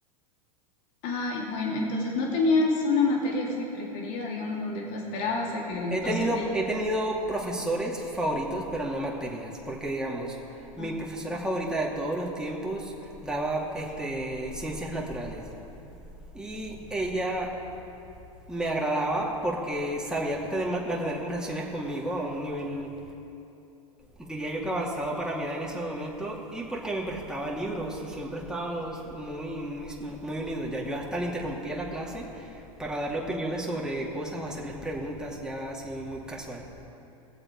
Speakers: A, on the left; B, in the centre.
A: Ay, bueno, entonces no tenías una materia así preferida, digamos, donde tú esperabas a que el
B: He
A: docente
B: tenido,
A: llegue.
B: he tenido profesores favoritos, pero no materias, porque digamos,
A: ¿no?
B: mi profesora favorita de todos los tiempos daba este, ciencias naturales. Y ella me agradaba porque sabía tener- mantener conversaciones conmigo a un nivel diría yo que avanzado para mi edad en ese momento y porque me prestaba libros y siempre estábamos muy, muy, muy unidos. Ya yo hasta le interrumpía la clase para darle opiniones sobre cosas o hacerles preguntas ya así muy casual.